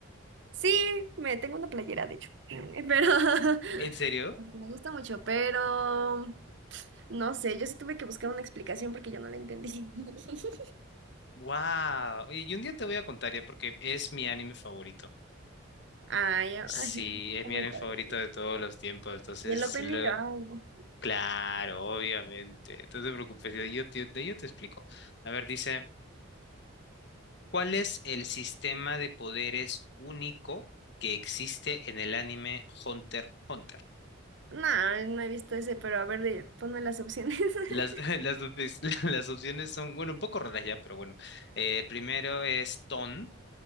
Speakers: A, on the right (about 60°); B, on the left (about 55°).
A: Sí, me tengo una playera, de hecho. <laughs> Pero <laughs>
B: ¿En serio?
A: porque me gusta mucho, pero no sé, yo sí tuve que buscar una explicación porque yo no la entendí. <laughs>
B: Wow. Oye, y un día te voy a contar ya porque es mi anime favorito.
A: Ay,
B: Sí,
A: ay, está
B: es mi
A: muy
B: anime
A: padre.
B: favorito de todos los tiempos. Entonces,
A: Y el opening,
B: lo-
A: Ah, no,
B: claro, obviamente. No te preocupes, yo, yo, te yo te explico. A ver, dice, ¿cuál es el sistema de poderes único que existe en el anime Hunter x Hunter?
A: Nah, no he visto ese, pero a ver, de- ponme las opciones. <laughs>
B: Las, <laughs> las, op- <laughs> las opciones son, bueno, un poco raras ya, pero bueno. Eh, primero es Ton,